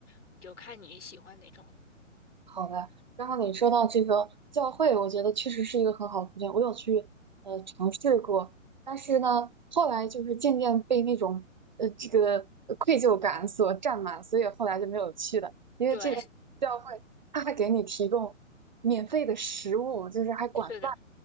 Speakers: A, on the left; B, on the right.
A: 你就看你喜欢哪种。
B: 好的，刚刚你说到这个教会，我觉得确实是一个很好的途径。我有去呃尝试过，但是呢，后来就是渐渐被那种呃这个呃愧疚感所占满，所以后来就没有去了。因为这边教会他还给你提供免费的食物，
A: 对，
B: 就是还管饭，
A: <laughs> 是的，